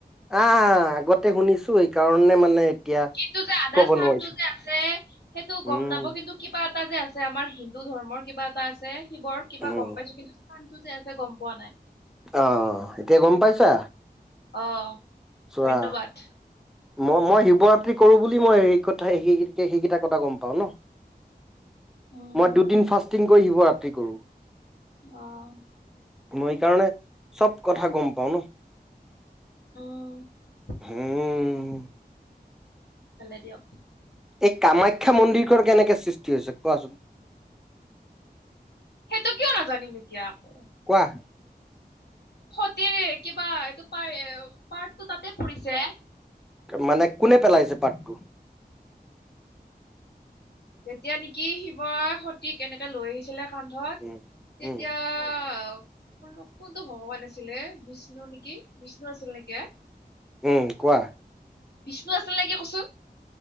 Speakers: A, in the centre; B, on the left.
A: আহ আগতে শুনিছো এইকাৰণে মানে। এতিয়া
B: কিন্তু যে আদা
A: কব
B: স্থান
A: নোৱাৰিছো
B: টো যে আছে সেইটো
A: উম
B: গম নাব কিন্তু কিবা এটা যে আছে। যে আমাৰ হিন্দু ধৰ্মৰ এটা আছে শিৱৰ কিবা
A: উম
B: গম পাইছো কিন্তু স্থানটো যে আছে গম পোৱা নাই।
A: অ', এতিয়া গম পাইছা
B: অ
A: চোৱা।
B: ধন্যবাদ
A: মই শিৱৰাত্ৰি কৰোঁ বুলি মই স-সেইকেইটা কথা কথা গম পাওঁ ন।
B: উম
A: মই দুদিন ফাষ্টিং কৰি শিৱৰাতি কৰো।
B: অ'।
A: মই এইকাৰণে চব কথা গম পাওঁ ন।
B: অ'।
A: হম।
B: ভালে দিয়ক।
A: এই কামাখ্যা মন্দিৰখন কেনেকে সৃষ্টি হৈছে কোৱাচোন।
B: সেইটো কিয় নাজানিম এতিয়া আকৌ।
A: কোৱা।
B: সতিৰ কিবা এইটো পাৰ পাৰ্টটো তাতে পৰিছে।
A: মানে কোনে পেলাইছে পাতটো।
B: তেতিয়া নেকি শিৱ সতিক এনেকে লৈ আহিছিলে কাণ ধত
A: উম
B: তেতিয়া।
A: উম
B: মোক কোনটো ভগৱান আছিলে বিষ্ণু নেকি বিষ্ণু আছিল নেকি এ।
A: উম কোৱা।
B: বিষ্ণু আছিল নেকি কচোন।